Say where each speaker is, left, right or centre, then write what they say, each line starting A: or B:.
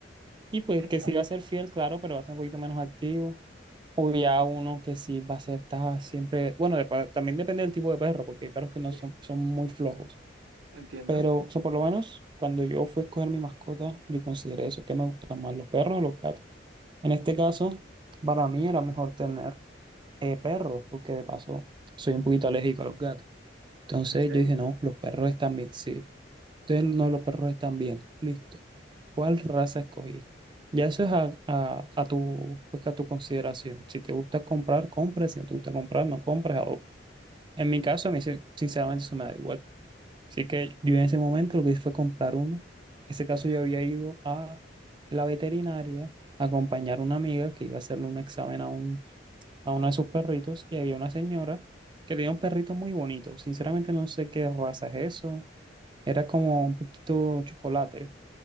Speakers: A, on the right; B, on the right.
A: y pues
B: Es
A: que
B: que,
A: sí
B: a ver,
A: va a ser fiel, claro, pero va a ser un poquito menos activo. O ya uno que sí va a ser ta- siempre, bueno, depa- también depende del tipo de perro, porque hay perros que no
B: sí,
A: son, son muy flojos.
B: entiendo.
A: Pero, o sea, por lo menos cuando yo fui a escoger mi mascota, yo consideré eso, que me gustan más los perros o los gatos. En este caso, para mí era mejor tener eh, perros, porque de paso soy un poquito alérgico a los gatos. Entonces
B: ¿En serio?
A: yo dije, no, los perros están bien. Sí, entonces no, los perros están bien. Listo. ¿Cuál raza escogí? Ya eso es a, a, a tu, pues, a tu consideración. Si te gusta comprar, compras. Si no te gusta comprar, no compras, adopta. En mi caso, a mí sin- sinceramente eso me da igual. Así que yo en ese momento lo que hice fue comprar uno. En ese caso yo había ido a la veterinaria a acompañar a una amiga que iba a hacerle un examen a uno de sus perritos y había una señora que tenía un perrito muy bonito. Sinceramente no sé qué raza es eso. Era como un poquito chocolate. O